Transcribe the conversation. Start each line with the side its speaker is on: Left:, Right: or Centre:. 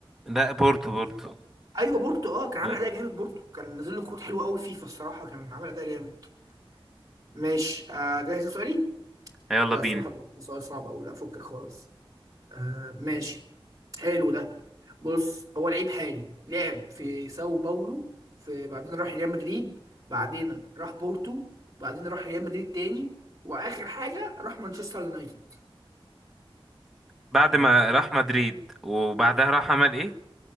Centre: لا بورتو بورتو
Right: ايوه بورتو اه كان عامل
Centre: أيوة.
Right: اداء جامد بورتو كان نازل له كروت حلوه قوي فيفا الصراحه كان عامل اداء جامد ماشي آه جاهز لسؤالي
Centre: يلا
Right: لا
Centre: بينا
Right: الصراحه ده سؤال صعب قوي لا فكك خالص آه ماشي حلو ده بص هو لعيب حالي لعب في ساو باولو في بعدين راح ريال مدريد بعدين راح بورتو بعدين راح ريال مدريد تاني واخر حاجه راح مانشستر يونايتد
Centre: بعد ما راح مدريد وبعدها راح عمل ايه